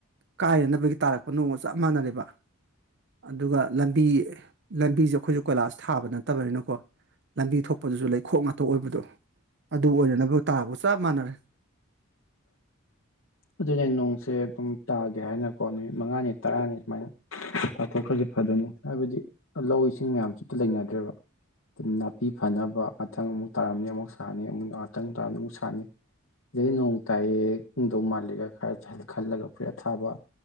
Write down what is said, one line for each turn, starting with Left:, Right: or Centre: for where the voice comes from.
Right: ꯀꯥꯏꯅꯅꯕꯒꯤ ꯇꯥꯔꯛꯄ ꯅꯣꯡꯃ ꯆꯞ ꯃꯥꯟꯅꯔꯦꯕ ꯑꯗꯨꯒ ꯂꯝꯕꯤ ꯂꯝꯕꯤꯁꯦ ꯑꯩꯈꯣꯏꯁꯨ ꯀꯣꯏꯂꯥꯁ ꯊꯥꯕ ꯅꯠꯇꯕꯅꯤꯅꯀꯣ ꯂꯝꯕꯤ ꯊꯣꯛꯄꯗꯨꯁꯨ ꯂꯩꯈꯣꯛ ꯉꯥꯛꯊꯣꯛ ꯑꯣꯏꯕꯗꯣ ꯑꯗꯨ ꯑꯣꯏꯅꯅꯕ ꯇꯥꯕꯨ ꯆꯞ ꯃꯥꯟꯅꯔꯦ
Left: ꯑꯗꯨꯅꯦ ꯅꯣꯡꯁꯦ ꯑꯗꯨꯝ ꯇꯥꯒꯦ ꯍꯥꯏꯅꯀꯣ ꯅꯨꯃꯤꯠ ꯃꯉꯥꯅꯤ ꯇꯔꯥꯅꯤ ꯁꯨꯃꯥꯏꯅ ꯇꯥꯊꯣꯛꯈ꯭ꯔꯗꯤ ꯐꯗꯣꯏꯅꯤ ꯍꯥꯏꯕꯗꯤ ꯂꯧ ꯏꯁꯤꯡ ꯃꯌꯥꯝꯁꯨꯇ ꯂꯩꯅꯗ꯭ꯔꯦꯕ ꯑꯗꯨꯝ ꯅꯥꯄꯤ ꯐꯅꯕ ꯉꯥꯛꯊꯪ ꯑꯃꯨꯛ ꯇꯥꯔꯝꯅꯤ ꯑꯃꯨꯛ ꯁꯥꯥꯟꯅꯤ ꯑꯃꯨꯛ ꯉꯥꯛꯇꯪ ꯇꯥꯔꯝꯅꯤ ꯑꯃꯨꯛ ꯁꯥꯥꯟꯅꯤ ꯁꯤꯗꯗꯤ ꯅꯣꯡ ꯇꯥꯏꯑ ꯏꯪꯗꯧ ꯃꯥꯜꯂꯦꯒ ꯈꯟꯂꯒ ꯐꯨꯔꯤꯠ ꯊꯥꯕ